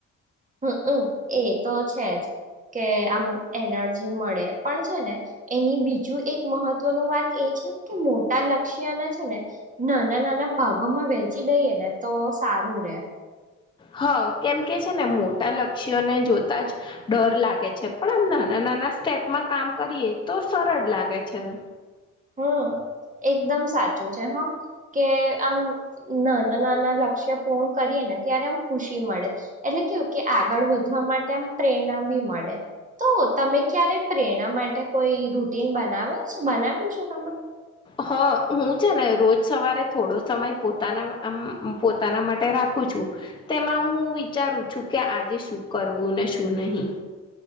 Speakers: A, on the right (about 25°); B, on the left (about 15°).
A: હમ હમ એ તો છે જ. કે આમ એનર્જી મળે પણ છે ને એની બીજું એક મહત્વનું વાત એ કે મોટા લક્ષ્યના છે ને નાના નાના ભાગોમાં વેચી દઈએ ને તો. ચારુંર્યા
B: હા કેમ કે છે ને મોટા લક્ષ્યોને જોતા જ ડર લાગે છે પણ આમ નાના નાના સ્ટેપમાં કામ કરીએ તો સરળ લાગે છે એમ.
A: <inaudible> એકદમ સાચું છે હા કે આમ નાના નાના લક્ષ્ય પૂર્ણ કરીએ ને ત્યારે એમ ખુશી મળે એટલે કેવું કે આગળ વધવા માટે આમ પ્રેરણા બી મળે. તો તમે ક્યારે પ્રેરણા માટે કોઈ રૂટીન બનાવે છે બનાવ્યું છે તમે
B: હ હું છે ને રોજ સવારે થોડો. સમય પોતાના પોતાના માટે રાખું છું તેમાં હું વિચારું છું કે આ આજે શું કરવું ને શું નહીં.